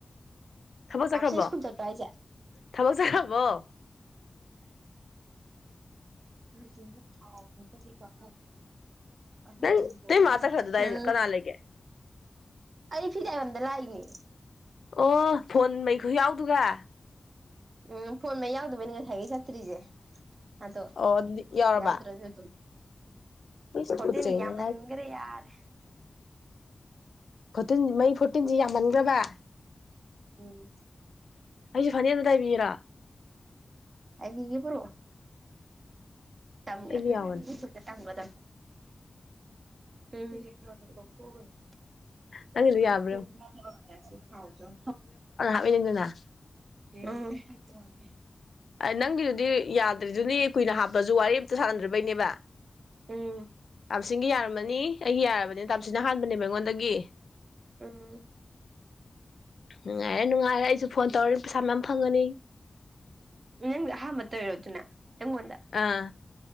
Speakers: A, on the left; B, on the right.
A: ꯊꯕꯛ ꯆꯠꯈ꯭ꯔꯕꯣ
B: ꯔꯥꯞꯁꯤ ꯁ꯭ꯀꯨꯜ ꯆꯠꯄ꯭ꯔꯥ ꯍꯥꯏꯁꯦ
A: ꯊꯕꯛ ꯆꯠꯈ꯭ꯔꯕꯣ
B: ꯃꯁꯨ ꯀ ꯀ ꯑꯗꯨ
A: ꯅꯪ ꯅꯣꯏ ꯃꯥ ꯆꯠꯈ꯭ꯔꯗꯨꯗꯥꯏ
B: ꯊ
A: ꯀꯅꯥ ꯂꯩꯒꯦ
B: ꯑꯩ ꯐꯤꯖꯥꯏꯔꯣꯝꯗ ꯂꯥꯛꯏꯅꯦ
A: ꯑꯣ ꯐꯣꯟ ꯃꯩꯈ ꯌꯥꯎꯗꯨꯒ
B: ꯎꯝ ꯐꯣꯟ ꯃꯩ ꯌꯥꯎꯗꯕꯩꯅꯤ ꯉꯁꯥꯏꯒꯤ ꯆꯠꯇ꯭ꯔꯤꯁꯦ ꯑꯗꯣ
A: ꯑꯣ ꯑꯗꯨꯗꯤ ꯌꯥꯎꯔꯕ
B: ꯌꯥꯎꯗ꯭ꯔꯁꯨ ꯑꯗꯨꯝ
A: ꯏꯁ
B: ꯐꯣꯔꯇꯤꯟ
A: ꯇꯨꯀꯠꯆꯩꯅ
B: ꯌꯥꯕꯅꯤꯒ꯭ꯔꯦ ꯌꯥꯔꯦ
A: ꯐꯣꯔꯇꯤꯟ ꯃꯩ ꯐꯣꯔꯇꯤꯟꯁꯤ ꯌꯥꯝꯃꯟꯈ꯭ꯔꯕ
B: ꯎ <unintelligible> <inaudible>
A: ꯑꯩꯁꯦ ꯐꯅꯅ ꯇꯥꯏꯕꯤꯔ
B: ꯑꯗꯤ ꯄꯔꯣ ꯇ
A: ꯑꯩꯒꯤ ꯌꯥꯎꯕꯅꯦ
B: ꯇ ꯇ ꯎꯝ ꯈꯔ ꯈ ꯊꯣꯛꯒꯅꯦ
A: ꯅꯪꯒꯤꯗꯨ
B: ꯇꯣꯞ
A: ꯌꯥꯕ꯭ꯔꯥ
B: ꯇꯣꯁꯦ
A: ꯌꯦꯡꯉꯨ
B: ꯊꯥꯎꯖꯟ
A: ꯑꯅꯅꯅ
B: ꯍꯦ
A: ꯅꯪꯒꯤꯗꯨꯗꯤ ꯌꯥꯗ꯭ꯔꯤꯗꯨꯅꯤ ꯀꯨꯏꯅ ꯍꯥꯞꯄꯁꯨ ꯋꯥꯔꯤ ꯑ ꯑꯃꯝꯇ ꯁꯥꯟꯅꯗ꯭ꯔꯕꯩꯅꯦꯕ
B: ꯎꯝ
A: ꯇꯥꯝꯁꯤꯟꯒꯤ ꯌꯥꯔꯝꯃꯅꯤ ꯑꯩ ꯌꯥꯔꯕꯅꯤꯅ ꯇꯥꯝꯁꯤꯅ ꯍꯥꯟꯕꯅꯦꯕ ꯑꯩꯉꯣꯟꯗꯒꯤ
B: ꯎꯝ
A: ꯅꯨꯡꯉꯥꯏꯔꯦ ꯅꯨꯡꯉꯥꯏꯔꯦ ꯑꯩꯁꯨ ꯐꯣꯟ ꯇꯧꯔ ꯄꯩꯁꯥ ꯃꯌꯥꯝ ꯐꯪꯒꯅꯤ
B: ꯅꯪꯗꯤ ꯑꯍꯥꯟꯕ ꯇ ꯑꯣꯏꯔꯣ ꯑꯗꯨꯅ ꯑꯩꯉꯣꯟꯗ
A: ꯑꯥ